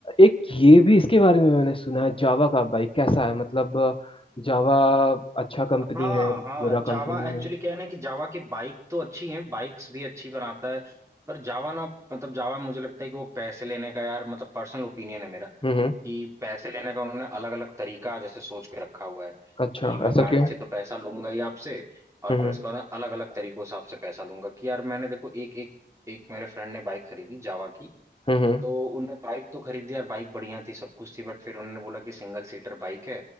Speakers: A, on the left; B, on the right.
A: एक ये भी इसके बारे में मैंने सुना है जावा का भाई कैसा है मतलब जावा अच्छा कंपनी
B: हाँ
A: है
B: हाँ
A: बुरा
B: जावा
A: कंपनी
B: एक्चुअली
A: है
B: क्या है ना कि जावा की बाइक तो अच्छी है बाइक्स भी अच्छी बनाता है पर जावा ना मतलब जावा मुझे लगता है कि वो पैसे लेने का यार मतलब पर्सनल ओपिनियन है मेरा कि
A: हम्म हम्म,
B: पैसे लेने का उन्होंने अलग अलग तरीका जैसे सोच के रखा हुआ है
A: अच्छा
B: कि मैं
A: ऐसा
B: गाड़ी
A: क्यों
B: से तो पैसा लूंगा ही आपसे और
A: हम्म
B: फिर उसके बाद अलग अलग तरीकों से आपसे पैसा लूंगा कि यार मैंने देखो एक एक एक मेरे फ्रेंड ने बाइक खरीदी जावा की
A: हम्म हम्म
B: तो उन्होंने बाइक तो खरीदी यार बाइक बढ़िया थी सब कुछ थी बट फिर उन्होंने बोला कि सिंगल सीटर बाइक है